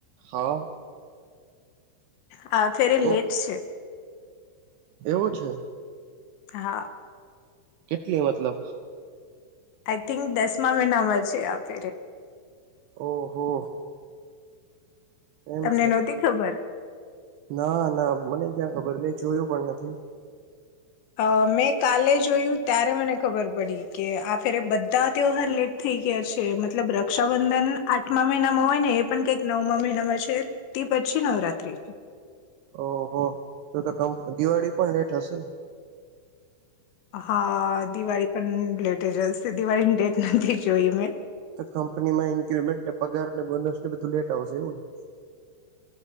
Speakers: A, on the right; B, on the left.
A: હા
B: હા ફેરે
A: તો
B: લેટ છે
A: એવું છે
B: હા.
A: કેટલી મતલબ?
B: આઈ થિંક દસમા મહ ના મળજે આેરે
A: ઓહો એમ
B: તમને
A: છે
B: નહોતી ખબર?
A: ના ના મને ક્યાં ખબર મેં જોયું પણ નથી
B: હ મેં કાલે જોયું ત્યારે મને ખબર પડી કે આ ફેરે બધા તેઓ હર લેટ થઈ ગયા છે મતલબ રક્ષાબંધન આઠમા મહિનામાં હોય ને એ પણ કંઈક નવમા મહિનામાં છે તે પછી નવરાત્રી છે
A: ઓહ તો તો દિવાળી પણ લેટ હશે ને
B: હા દિવાળી પણ લેટે જાલશે દિવાળીની ડેટ નથી જોઈ મેં
A: તો કંપની માં ઇન્ક્રીમેન્ટ ને પગાર ને બોનસ ને બધું લેટ આવશે એવું ને